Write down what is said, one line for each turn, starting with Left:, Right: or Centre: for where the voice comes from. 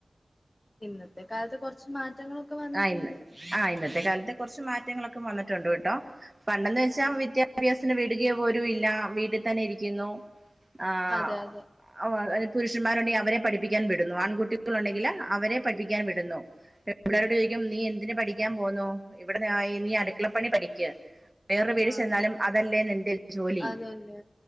Left: ഇന്നത്തെ കാലത്ത് കൊറച്ച് മാറ്റങ്ങളൊക്കെ വന്നിട്ടുണ്ട്.
Right: ആ ഇന്ന് ആ ഇന്നത്തെ കാലത്ത് കുറച്ച് മാറ്റങ്ങളൊക്കെ വന്നിട്ടുണ്ട്, കേട്ടോ. പണ്ടെന്ന് വെച്ചാൽ
Left: അതെ
Right: വിദ്യാ വിദ്യാഭ്യാസത്തിന് വിടുകപോലും ഇല്ല. വീട്ടിൽ തന്നെ ഇരിക്കുന്നു. ആഹ്
Left: അതെ അതെ
Right: പുരുഷന്മാരുണ്ടെങ്കിൽ അവരെ പഠിപ്പിക്കാൻ വിടുന്നു. ആൺകുട്ടികളുണ്ടെങ്കില് അവരെ പഠിപ്പിക്കാൻ വിടുന്നു. പെൺകുട്ടികളോട് ചോദിക്കും
Left: അതെ
Right: നീ എന്തിന് പഠിക്കാൻ പോന്നു. ഇവിടെ നീ അടുക്കളപ്പണി പഠിക്ക്. വേറെ വീട്ടിൽച്ചെന്നാലും
Left: ആഹ്
Right: അതല്ലേ നിന്റെ ജോലി
Left: അതന്നെ